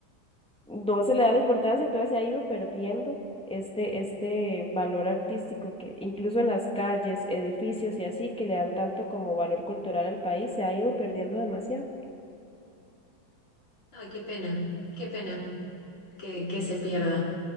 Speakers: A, in the centre; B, on the left (about 70°).
A: no se le da la importancia, entonces se ha ido perdiendo este, este valor artístico que incluso en las calles, edificios y así, que le dan tanto como valor cultural al país, se ha ido perdiendo demasiado.
B: Ay, qué pena, qué pena que, que se pierda.